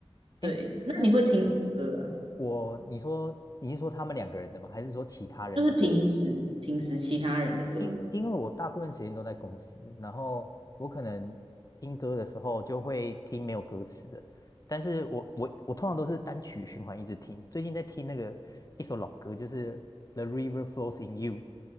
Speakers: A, on the right; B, on the left.
A: 对，
B: 哎，
A: 那你会听什么歌啊？
B: 那我，你说你是说他们两个人的吗？还是说其他人的歌？
A: 就是平时平时其他人的歌。
B: 因因为我大部分时间都在公司，然后我可能听歌的时候就会听没有歌词的，但是我我我通常都是单曲循环一直听。最近在听那个一首老歌，就是《The River Flows in You》，